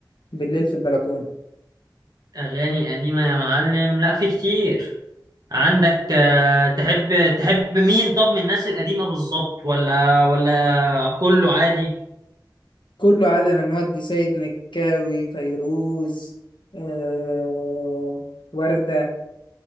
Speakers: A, on the left (about 80°); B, on the right (about 55°).
A: بالليل في البلكونه
B: أغاني قديمة يا معلم لا في كتير عندك آه، تحب تحب مين طب من الناس القديمة بالظبط ولا ولا كله عادي
A: كله عاد انا مودي سيد مكاوي فيروز آه... وردة